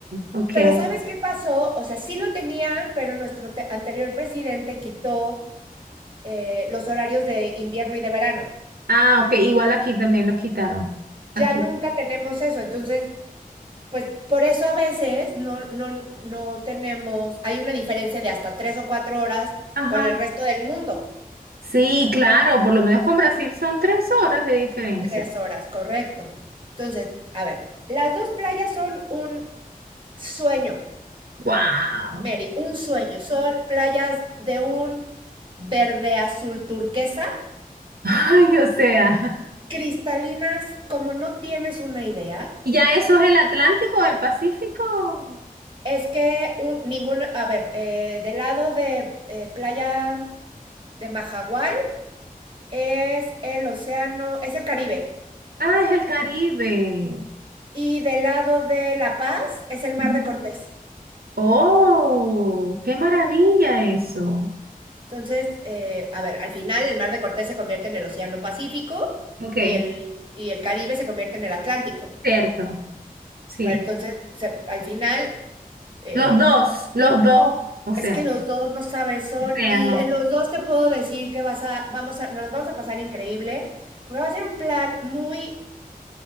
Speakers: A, on the right; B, on the right.
A: ok.
B: Pero ¿sabes qué pasó? O sea, sí lo tenían, pero nuestro te- anterior presidente quitó eh, los horarios de invierno y de verano.
A: Ah, ok, igual aquí también los quitaron. Aquí.
B: Ya nunca tenemos eso. Entonces, pues por eso a veces no, no, no tenemos, hay una diferencia de hasta tres o cuatro horas
A: Ajá.
B: con el resto del mundo.
A: Sí, claro, por lo menos con Brasil son tres horas de diferencia.
B: Tres horas, correcto. Entonces, a ver, las dos playas son un sueño,
A: ¡Wow!
B: Mary, un sueño. Son playas de un verde azul turquesa
A: Ay, o sea.
B: cristalinas como no tienes una idea.
A: <laughs> ¿Y ya eso es el Atlántico o el Pacífico?
B: Es que un, ninguna, a ver, eh, del lado de eh, playa de Majagual es el océano, es el Caribe.
A: Ah, es el Caribe.
B: Y del lado de La Paz es el mar
A: <laughs>
B: de Cortés.
A: Oh, qué maravilla eso.
B: Entonces, eh, a ver, al final el mar de Cortés se convierte en el océano Pacífico
A: Ok,
B: y el, y el Caribe se convierte en el Atlántico.
A: cierto, sí.
B: Pero entonces, o sea, al final, eh,
A: Los dos, los dos, o sea,
B: Es que los dos no sabes son
A: o sea,
B: y
A: no.
B: en los dos te puedo decir que vas a vamos a nos vamos a pasar increíble, porque va a ser un plan muy